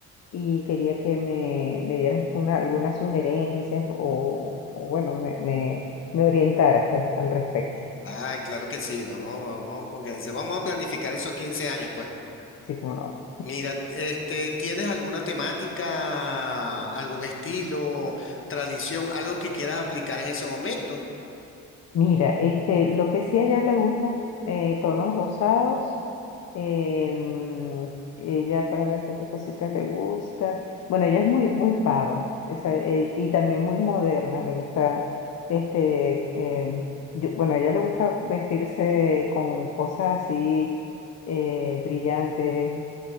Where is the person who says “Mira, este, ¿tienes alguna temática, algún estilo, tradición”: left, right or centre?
Left